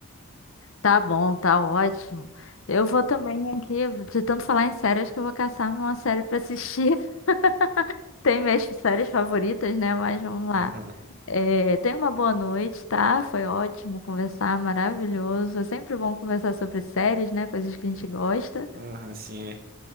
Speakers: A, on the left; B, on the right.
A: Tá bom, tá ótimo. Eu vou também aqui, de tanto falar em séries, que eu vou caçar uma série pra assistir. <laughs> Tem minhas séries favoritas, né? Mas vamos
B: Aham,
A: lá. É, tenha uma boa noite, tá? Foi ótimo conversar, maravilhoso. É sempre bom conversar sobre séries, né? Coisas que a gente gosta.
B: aham, sim.